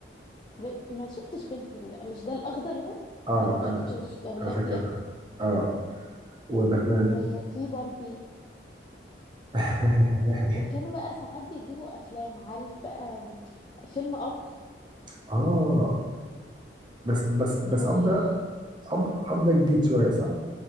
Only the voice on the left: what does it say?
ب... ما شفتش بنتن لأ، مش ده الاخضر ده
لا ما شفتوش
ده ولادي
قوي
وفي باربي
وكانوا بقى ساعات بيجيبوا افلام عارف بقى فيلم اب
و...